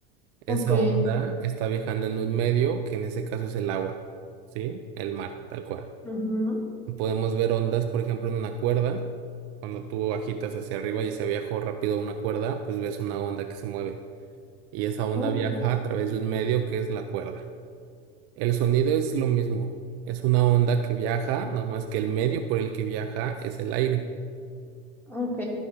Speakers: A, on the right (about 50°); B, in the centre.
A: Esa
B: Ok,
A: onda está viajando en un medio que en ese caso es el agua, ¿sí? El mar, tal cual.
B: ujú,
A: Podemos ver ondas, por ejemplo, en una cuerda. Cuando tú agitas hacia arriba y se viajó rápido una cuerda, pues ves una onda que se mueve. Y esa onda
B: ok,
A: viaja a través de un medio que es la cuerda. El sonido es lo mismo. Es una onda que viaja, nada más que el medio por el que viaja es el aire.
B: ok,